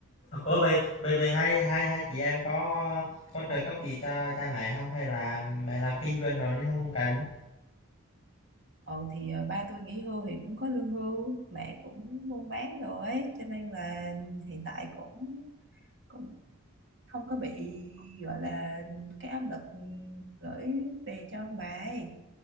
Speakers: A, on the left; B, on the right.
A: Ủa vậy vậy vậy hai hai hai chị em có có trợ cấp gì cho cha mẹ không hay là mẹ làm kinh doanh rồi nên không không cần
B: Ồ thì ờ, ba tôi nghỉ hưu thì cũng có lương hưu, mẹ cũng buôn bán rồi ấy, cho nên là hiện tại cũng cũng không có bị gọi là cái áp lực ừ, gửi về cho ông bà ấy